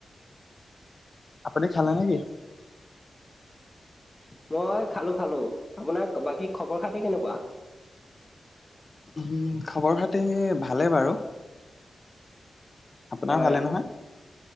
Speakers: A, on the left; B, on the left.
A: আপুনি খালে নে কি?
B: মই খালো খালো, আপোনাৰ বাকী খবৰ খাতি কেনেকুৱা?
A: উম খবৰ খাতি ভালে বাৰু। আপোনাৰ
B: হয়।
A: ভালে নহয়